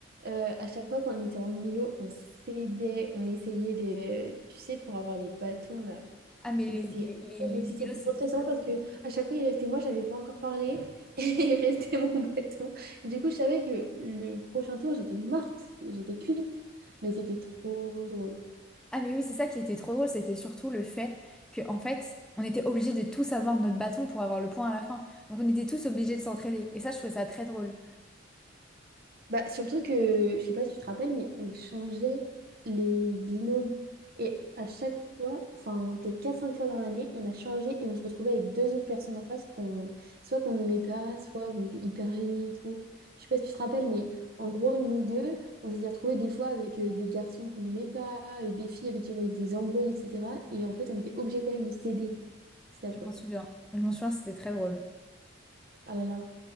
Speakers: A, on the right; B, in the centre.
A: euh, à chaque fois qu'on était en îlot, on s'aidait, on essayait de, tu sais, pour avoir les bâtons là.
B: Ah, mais
A: C'était
B: les, les,
A: horrible
B: les-
A: aussi,
B: les vélos,
A: c'était trop
B: c'était.
A: stressant parce que à chaque fois il restait moi, j'avais pas encore parlé <laughs> et il restait mon bâton. Et du coup, je savais que le prochain tour, j'étais morte, j'étais cuite, mais c'était trop drôle.
B: Ah, mais oui, c'est ça qui était trop drôle. C'était surtout le fait que, en fait, on était obligés de tous avoir notre bâton pour avoir le point à la fin. Donc, on était tous obligés de s'entraider. Et ça, je trouvais ça très drôle.
A: Bah, surtout que, je sais pas si tu te rappelles, mais elle changeait les binômes. Et à chaque fois, enfin peut-être quatre cinq fois dans l'année, on a changé et on se retrouvait avec deux autres personnes en face qu'on soit qu'on n'aimait pas, soit on était hyper gênés et tout. Je sais pas si tu te rappelles, mais en gros, nous deux, on s'était retrouvés des fois avec euh, des garçons qu'on n'aimait pas, avec des filles avec qui on avait des embrouilles, etc. Et en fait, on était obligés quand même de céder. C'est affreux.
B: Je m'en souviens. Je m'en souviens, c'était très drôle.
A: Ah là là.